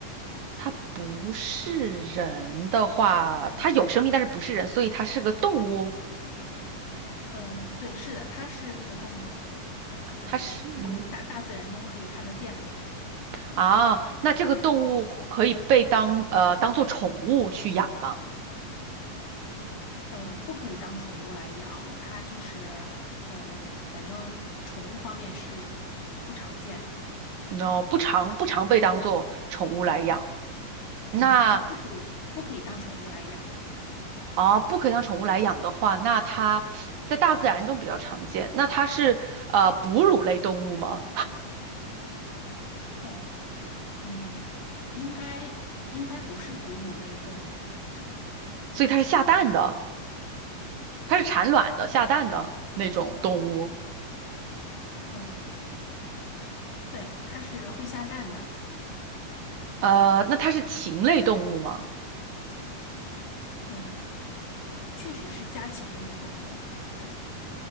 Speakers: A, on the right; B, on the left.
A: 它不是人的话，它有生命，但是不是人，所以它是个动物。
B: 嗯，对，是的，它是那个动物，就是会大大自然中可以看得见的。
A: 它是，嗯，啊，那这个动物可以被当呃当做宠物去养吗？
B: 呃，不可以当宠物来养，它就是，嗯，反正宠物方面是挺不常见。
A: 你知道不常不常被当做宠物来养。那
B: 嗯，就是不可以不可以当宠物来养。
A: 啊，不可以当宠物来养的话，那它在大自然中比较常见。那它是呃哺乳类动物吗？
B: 哦，嗯，应该应该不是哺乳类动物。
A: 所以它是下蛋的，它是产卵的、下蛋的那种动物。
B: 嗯，对，它是会下蛋的。
A: 呃，那它是禽类动物吗？
B: 嗯。确实是家禽类的动物，对